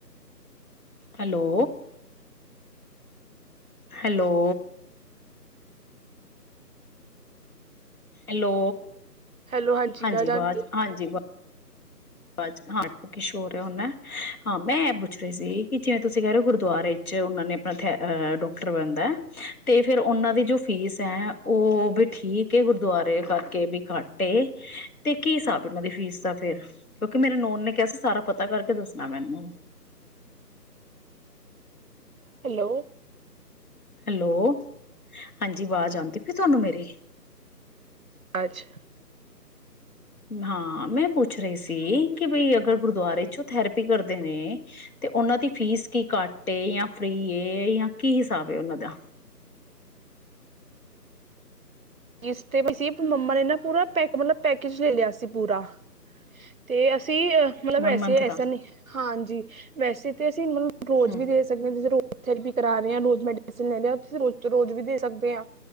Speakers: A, on the left; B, on the right.
A: Hello, hello. Hello
B: hello
A: ਹਾਂਜੀ
B: ਆਵਾਜ਼ ਆ
A: ਵਾਜ਼
B: ਗਈ
A: ਹਾਂਜੀ ਵਾਂ ਆਵਾਜ ਹਾਂ ਕੀ ਸ਼ੋਰ ਹੋ ਰਿਹਾ ਹੋਣਾ ਹਾਂ ਮੈਂ ਇਹ ਪੁੱਛ ਰਹੀ ਸੀ ਕਿ ਜਿਵੇਂ ਤੁਸੀਂ ਕਹਿ ਰਹੇ ਹੋ ਗੁਰਦੁਆਰੇ'ਚ ਉਹਨਾਂ ਨੇ ਆਪਣਾ ਥੈਰੈ ਡਾਕਟਰ ਬਹਿੰਦਾ ਏ ਤੇ ਫਿਰ ਉਨਾ ਦੀ ਜੋ ਫੀਸ ਐ ਉਹ ਵੀ ਠੀਕ ਏ ਗੁਰਦਵਾਰੇ ਕਰਕੇ ਵੀ ਘਟ ਏ, ਤੇ ਕੀ ਸਾਬ ਓਨਾ ਦੀ ਫੀਸ ਦਾ ਫਿਰ। ਕਿਉਂਕਿ ਮੇਰੇ ਨੋਨ ਨੇ ਕਿਹਾ ਸੀ ਸਾਰਾ ਪਤਾ ਕਰਕੇ ਦੱਸਣਾ ਮੈਨੂੰ।
B: ਹੈਲੋ
A: ਹੈਲੋ, ਹਾਂਜੀ ਜੀ ਆਵਾਜ਼ ਆਂਦੀ ਪਈ ਤੁਹਾਨੂੰ ਮੇਰੀ।
B: ਅੱਛਾ
A: ਹਾਂ ਮੈਂ ਪੁੱਛ ਰਹੀ ਸੀ ਕਿ ਬਈ ਅਗਰ ਗੁਰਦੁਆਰੇ ਚੋਂ ਥੈਰੇਪੀ ਕਰਦੇ ਨੇ। ਤੇ ਉਹਨਾਂ ਦੀ ਫੀਸ ਕੀ ਘੱਟ ਏ ਜਾਂ ਫ੍ਰੀ ਏ ਜਾਂ ਕੀ ਹਿਸਾਬ ਏ ਉਹਨਾਂ ਦਾ?
B: ਫੀਸ ਤੇ ਵੀ ਸੀ ਤੇ ਮੰਮਾ ਨੇ ਨਾ ਪੂਰਾ ਪੈ ਮਤਲਬ ਪੈਕੇਜ ਲੈ ਲਿਆ ਸੀ ਪੂਰਾ ਤੇ ਅ ਸੀ ਮਤਲਬ
A: ਵਨ
B: ਐਸੇ
A: ਮੰਥ ਦਾ
B: ਐਸਾ ਨਹੀਂ ਹਾਂਜੀ ਵੈਸੇ ਤੇ ਅਸੀਂ ਮ ਰੋਜ਼
A: ਹੂੰ
B: ਵੀ ਦੇ ਸਕਦੇ ਜੈਸੇ ਰ ਉੱਥੇ ਵੀ ਕਰਾ ਰਹੇ ਆ ਰੋਜ਼ ਮੈਡੀਸਨ ਲੈਦੇ ਤੁਸੀਂ ਰੋਜ਼ ਰੋਜ਼ ਵੀ ਦੇ ਸਕਦੇ ਆ